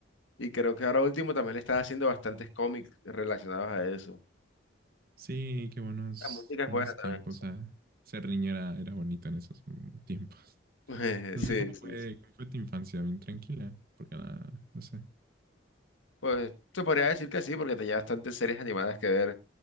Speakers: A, on the left (about 85°); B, on the right (about 50°).
A: Y creo que ahora último también le están haciendo bastantes cómics relacionados a eso.
B: Sí, qué buenos,
A: La música es
B: buenos
A: buena también.
B: tiempos. ah. Ser niñera era era bonito en esos mm, tiempos.
A: o sea.
B: No
A: <laughs> Sí,
B: sé cómo
A: sí.
B: fue,
A: sí.
B: cómo fue tu infancia, bien tranquila, porque nada, no sé.
A: Pues se podría decir que sí porque tenía bastantes series animadas que ver.